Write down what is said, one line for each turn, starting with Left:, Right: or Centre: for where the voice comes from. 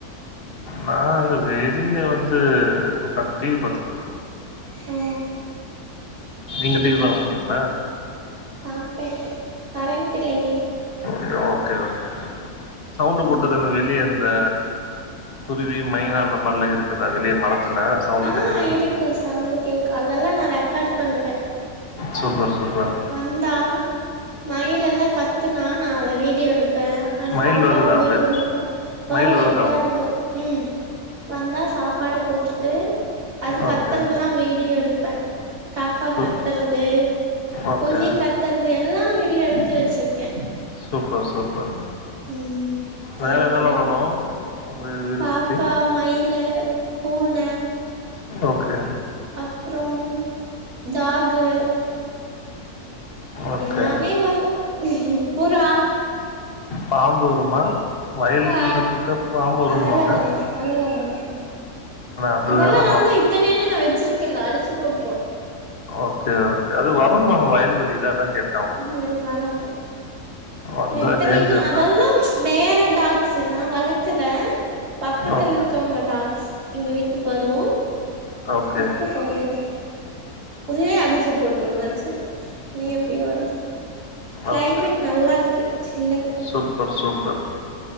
Left: நா அங்க வெறிய வந்து உக்காந்து டி வி பாத்துட்ருந்
Right: ஓ
Left: நீங்க டி வி பாக்க முட்டீங்ளா
Right: பாப்பே கரண்ட்டில்லையே
Left: <unintelligible> ஓகே ஓகே ஓகே சவுண்டு போட்டதனே
Right: ம்
Left: வெளியந் த குருவி மைனா அந்த மார்லா இருக்குதா வெளியே மரத்துல சவுண்டு
Right: அ
Left: கேட்டது
Right: இருக்கு சவுண்ட்டு கேக்கும் அதெல்லா நா ரெக்கார்டு பண்ணுவே
Left: சூப்பர் சூப்பர்
Right: வந்தா மயிலெல்லா கத்துனா நா அத வீடியோ எடுப்பே அ
Left: மயில்
Right: சாப்பற
Left: வருதா
Right: வீடியோ
Left: உங்க
Right: எடுப்பா வரு
Left: மயில் வருதா
Right: எப்யாது வரு ம் வந்தா சாப்பாட போட்டுட்டு அது கத்தறதெல்லா
Left: ஓகே
Right: வீடியோ எடுப்பே காக்கா
Left: சூ
Right: கத்தறது
Left: ஓகே
Right: குழி கத்தறது எல்லா வீடியோ எடுத்து வெச்சிருக்கே
Left: சூப்பர் சூப்பர்
Right: ம் தெரி
Left: வேற எதெல்லா
Right: புடிக்கு
Left: வரும் உங்க வீடு
Right: காக்கா
Left: சுத்தி
Right: மயிலு பூன
Left: ஓகே
Right: அப்றம் டாகு
Left: ஓகே
Right: எல்லாமே வரு புறா
Left: பாம்பு வருமா வயல்லு
Right: ஆ
Left: கிட்ட பாம்பு வருன்வாங்க
Right: அதெல்லா வராது அதெல்லா வராது
Left: அது
Right: அதெல்லா
Left: ஏன்னா
Right: வந்தா
Left: ம-
Right: இத்தன என்ன நா வெச்சிருக்கேன்ன அடிச்சு போட்ரு
Left: ஓகே ஓகே அது வருன்வாங்க வயல்வெளில அதாங் கேட்
Right: ஒயின் வராது
Left: வந்தா
Right: எனக் இத்தனையென்னா
Left: டேஞ்சர்ல
Right: அதெல்லாம் வேற டாக்ஸ்சு நா வளக்கல பக்கத்துல
Left: ஓகே
Right: இருக்கவுங்க டாக்ஸ் எங்க வீட்டுக் வரு
Left: ஓகே
Right: அப்றம் போயிரு உதுவே அடிச்சு போட் ட்ற மாச்சே நீ எப்டி வரு கிளைமேட்
Left: ஓகே
Right: நல்லார்ருக்கு சில்லுனு
Left: சூப்பர் சூப்பர்